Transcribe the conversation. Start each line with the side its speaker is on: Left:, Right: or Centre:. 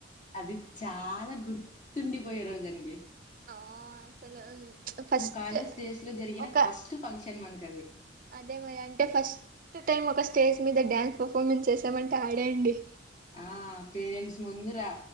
Left: అది చాలా గుర్తుండిపోయే రోజు అండి.
Right: ఆ అసలు ఫస్ట్
Left: కాలేజ్ డేస్ లో జరిగిన
Right: ఒక,
Left: ఫస్ట్ ఫంక్షన్ మనకది
Right: అదేమి అంటే ఫస్ట్ టైం ఒక స్టేజ్ మీద డాన్స్ పర్ఫార్మెన్స్ చేసామంటే ఆడే అండి.
Left: ఆ పేరెంట్స్ ముందురా.